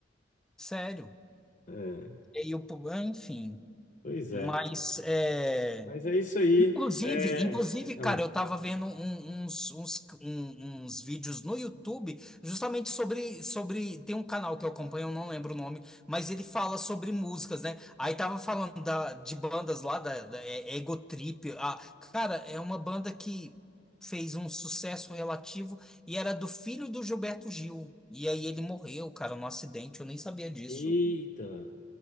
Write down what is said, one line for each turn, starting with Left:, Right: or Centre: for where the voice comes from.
Centre: sério.
Left: É,
Centre: E o, po- enfim,
Left: pois
Centre: mas
Left: é.
Centre: é.
Left: Mas é isso aí.
Centre: Inclusive,
Left: É...
Centre: inclusive,
Left: Ah,
Centre: cara, eu tava vendo um- uns, uns, um- uns vídeos no YouTube justamente sobre, sobre. Tem um canal que eu acompanho, eu não lembro o nome, mas ele fala sobre músicas, né? Aí tava falando da, de bandas lá, da, da é- é Ego Trip. Ah, cara, é uma banda que fez um sucesso relativo e era do filho do Gilberto Gil. E aí ele morreu, cara, num acidente, eu nem sabia disso.
Left: eita.